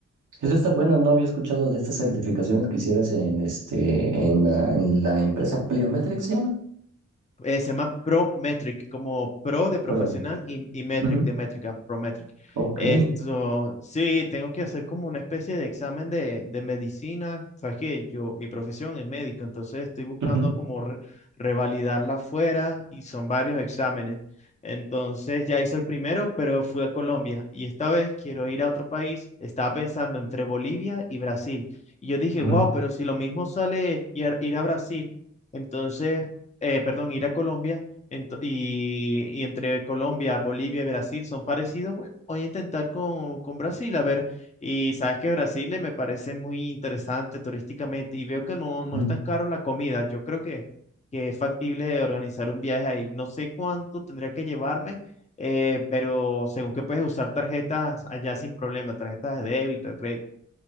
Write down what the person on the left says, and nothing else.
eh, se llama Prometric, como pro de profesional
y, y metric
de métrica, Prometric.
Esto, sí, tengo que hacer como una especie de examen de, de medicina. Sabes que yo, mi profesión es médico, entonces estoy buscando
como re- revalidarla afuera y son varios exámenes. Entonces ya hice el primero, pero fui a Colombia y esta vez quiero ir a otro país. Estaba pensando entre Bolivia y Brasil. Y yo dije,
wow, pero si lo mismo sale ir, ir a Brasil, entonces eh, perdón, ir a Colombia ento- y, y entre Colombia, Bolivia y Brasil son parecidos, bueno, voy a intentar con, con Brasil, a ver, y sabes que Brasil eh, me parece muy interesante turísticamente y veo que no, no
es tan caro la comida, yo creo que, que es factible organizar un viaje ahí, no sé cuánto tendría que llevarme. eh, pero según que puedes usar tarjetas allá sin problema, tarjetas de débito, de crédito.